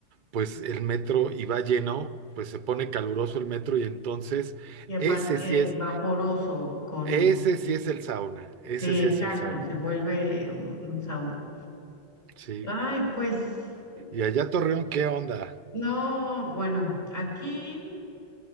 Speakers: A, on the right; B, on the left.
A: pues el metro y va lleno, pues se pone caluroso el metro y entonces
B: y aparte
A: ese sí es,
B: vaporoso con,
A: ese sí es el sauna, ese
B: sí,
A: sí
B: exacto,
A: es el sauna,
B: se vuelve un sauna.
A: sí.
B: Ay, pues,
A: Y allá Torreón, ¿qué onda?
B: no, bueno, aquí.